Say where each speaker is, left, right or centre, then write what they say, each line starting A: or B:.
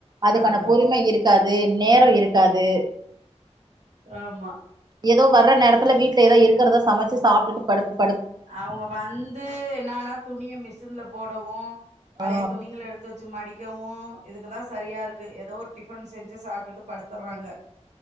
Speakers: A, on the right (about 35°); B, on the right (about 80°).
A: அதுக்கான
B: வராது
A: பொறுமை இருக்காது நேரோ இருக் இருக்காது
B: ஆமா
A: ஏதோ வர்ற நேரத்தில வீட்ல ஏதோ இருக்றத சமசி சாப்ட்டுட் படுத்
B: அவுங்க வந்து என்னான்னா துணிய மிஷின்ல போடவு பழைய
A: ஆ
B: துணிங்கள எடுத்து வச்சி மடி க்கவு இதுக்குதா சரியா இருக்கு ஏதோ ஒரு டிஃபன் செஞ்சி சாப்ட்டு படுதுற்றாங்க